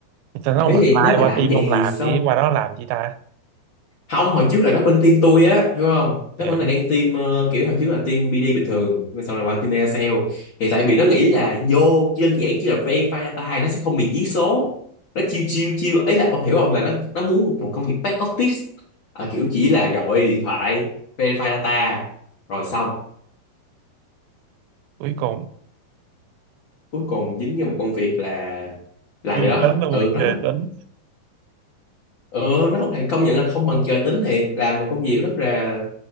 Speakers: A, on the right; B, on the left.
A: sao nó
B: ấy
A: không apply
B: thì nếu mà
A: qua
B: làm
A: team
B: như
A: ông
B: vậy thì
A: làm
B: sao
A: đi qua đó làm chi ta
B: không hồi trước là nó bên team tôi á hiểu không
A: hiểu
B: nó vẫn là đang team ờ, kiểu hồi trước là team BD bình thường nhưng mà sau này qua team Aircell thì tại vì nó nghĩ là vô đơn giản chỉ là verify data nó sẽ không bị giết số nó chiêu chiêu chiêu ấy là ông hiểu không là nó nó muốn một, một công việc back office à, kiểu chỉ là gọi điện thoại verify data rồi xong
A: cuối cùng
B: cuối cùng dính vô một công việc là làm
A: người
B: gì đó
A: tính là người
B: ừ đó
A: trời
B: đó
A: tính
B: ừ nó lại công nhận là không bằng trời tính thiệt làm một công việc rất là